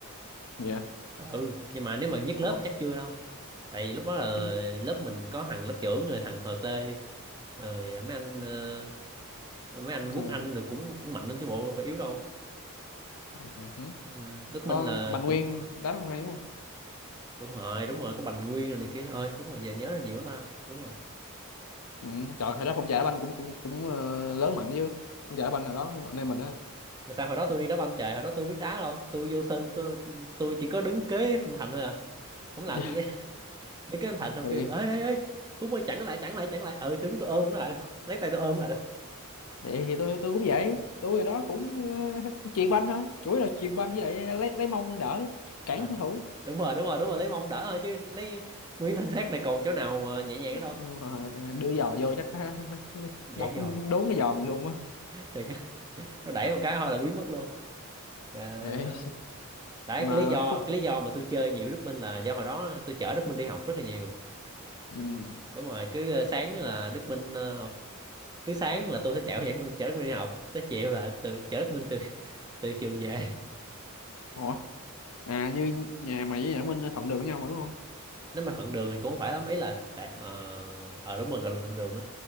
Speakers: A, on the left; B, on the right.
A: dạ
B: Ờ, ừ nhưng mà nếu mà nhất
A: ủa
B: lớp thì chắc chưa đâu tại vì lúc đó là
A: chứ
B: lớp mình có thằng lớp trưởng rồi thằng hợp tê rồi mấy anh ờ, mấy anh quốc
A: ờ,
B: anh rồi cũng cũng mạnh lắm chứ bộ phải yếu đâu
A: ừ. hử.
B: ừ, Đức
A: có
B: Minh là
A: Bành Nguyên
B: cũng ờ,
A: đá không hay đúng không
B: đúng rồi đúng rồi có Bành Nguyên rồi này kia nữa ơi đúng rồi giờ nhớ là nhiều quá ta đúng rồi
A: Ừ, trời hồi đó phong trào đá banh cũng cũng cũng ờ, lớn mạnh chứ phong trào đá banh hồi đó anh em mình á
B: mà sao hồi đó tôi đi đá banh trời hồi đó tôi biết đá đâu tôi vô sân tôi tôi chỉ có đứng kế khung thành thôi à không làm
A: Dạ.
B: gì hết. <laughs> đứng kế khung thành xong
A: thì
B: kêu ê ê ê Phúc ơi chặn lại chặn lại chặn lại ừ tôi đứng tôi ôm nó lại luôn <laughs> lấy tay tôi ôm nó lại
A: Vậy thì tôi tôi cũng vậy tôi hồi đó cũng uh, <laughs> chuyền banh thôi chủ yếu là chuyền banh với lại lấy lấy mông đỡ cản
B: à,
A: đối thủ
B: đúng rồi đúng rồi đúng rồi lấy mông đỡ thôi chứ lấy nguyên thân xác này còn chỗ nào mà nhẹ nhàng ở đâu
A: Đúng rồi đưa giò vô chắc <laughs>
B: gãy
A: đóng
B: giò
A: đốn cái giò mình luôn á
B: thì <laughs> nó đẩy một cái thôi là biến mất luôn trời
A: Ê,
B: ơi
A: <laughs>
B: đấy
A: nhưng mà
B: cái lý do
A: Phúc
B: cái lý do mà tôi chơi nhiều Đức Minh là do hồi đó tôi chở Đức Minh đi học rất là nhiều
A: ừ.
B: đúng rồi cứ ờ, sáng là Đức Minh ờ, cứ sáng là tôi sẽ chạy qua nhà Đức Minh chở Đức Minh đi học tới chiều là từ chở Đức Minh từ từ trường về
A: Ủa? à như nhà mày với nhà Minh thuận đường với nhau mà đúng không
B: nếu mà thuận đường thì cũng không phải lắm ý là tại ờ ờ, đúng rồi gọi là thuận đường á